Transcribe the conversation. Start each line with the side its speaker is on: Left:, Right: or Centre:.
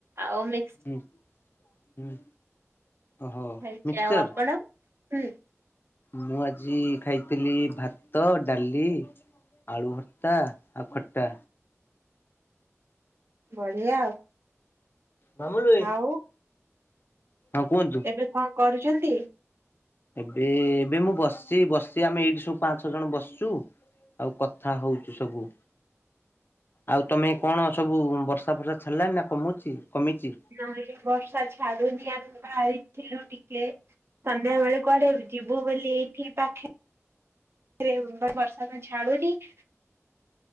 Right: ଆଉ ମେ
Left: ଉଁ ଉଁ ଓହୋ
Right: ଖାଇଛି।
Left: ମିକ୍ସଚର?
Right: ଆଉ ଆପଣ? ହୁଁ।
Left: ମୁଁ ଆଜି ଖାଇଥିଲି ଭାତ, ଡାଲି ଆଳୁ ଭର୍ତ୍ତା ଆଉ ଖଟା।
Right: ବଢିଆ ଆଉ।
Left: ମାମୁନି।
Right: ଆଉ
Left: ହଁ କୁହନ୍ତୁ।
Right: ଏବେ କଣ କରୁଚନ୍ତି?
Left: ଏବେ ଏବେ ମୁଁ ବସଚି ବସଚି ଆମେ ଏଇଠି ସବୁ ପାଞ୍ଚ ଛଅ ଜଣ ବସିଚୁ ଆଉ କଥା ହଉଚୁ ସବୁ ଆଉ ତମେ କଣ ସବୁ ବର୍ଷା ଫର୍ଷା ଛାିଡିଲାଣି ନା କମୁଚି କମିଚି?
Right: ନା ଏଇ ବର୍ଷା ଛାଡୁନି ଆମେ ବାହାରିଥିଲୁ ଟିକେ ସନ୍ଧ୍ୟା ବେଳେ କୁଆଡେ ଯିବୁ ବୋଲି ଏଇଠି ପାଖେ ରେ ବଟ୍ ବର୍ଷା ତ ଛାଡୁନି -